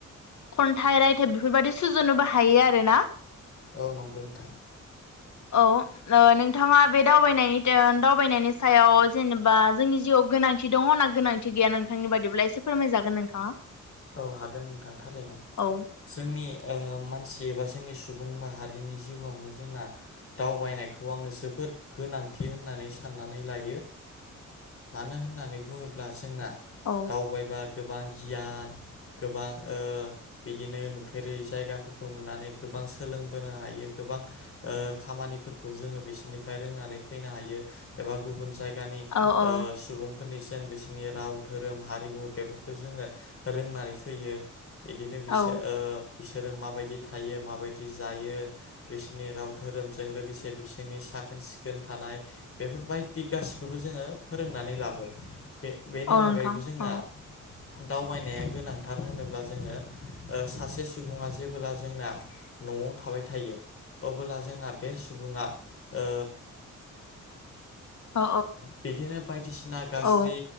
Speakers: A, on the left; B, on the left.
A: खन्थाइ रायथाइ बेफोरबादि सुजुनोबो हायो आरो ना
B: औ नंगौ नोंथां
A: औ ओ नोंथाङा बे दावबायनाय दावबायनायनि सायाव जेनेबा जोंनि जिउआव गोनांथि दङ ना गोनांथि गैया नोंथांनि बादिब्ला एसे फोरमायजागोन नोंथाङा।
B: औ हागोन नोंथां थारैनो
A: औ
B: जोंनि ओ मानसि एबा जोंनि सु बुं माहारिनि जिउआवनो जोंना दावबायनायखौ आङो जोबोद गोनांथि होननानै सा नानै लायो मानो होननानै बुङोब्ला जोंना
A: औ
B: दावबायबा गोबां गियान गोबां ओ बिदिनो नुफेरै जायगाफोरखौ नुनानै गोबां सोलोंबोनो हायो। गोबां ओ खामनिफोरखौ जोङो बिसोरनिफ्राय रोंनानै फैनो हायो एबा गुबुन जाय गानि
A: औ औ
B: सुबुंफोरनिजों बिसोरनि राव धोरोम हारिमु बेफोरखौ जोङो रोंनानै फैयो बिदिनो बिसोर
A: औ
B: ओ बिसोरो माबायदि थायो माबायदि जायो बिसोरनि राव धोरोमजों लोगोसे बिसोरनि साखोन सिखोन थानाय बेफोरबायदि गासिखौबो जोङो फोरोंनानै लाबो बे बेनि
A: औ
B: अनगायैबो
A: नोंथां
B: जोंना
A: औ
B: दावबाय नाया गोनांथार होनोब्ला जोङो सासे सुबुङा जेबोला जोंना नआव थाबाय थायो अब्ला जोंना बे सुबुङा ओ
A: <unintelligible> औ
B: बिदिनो बायदिसिना गाज्रि
A: औ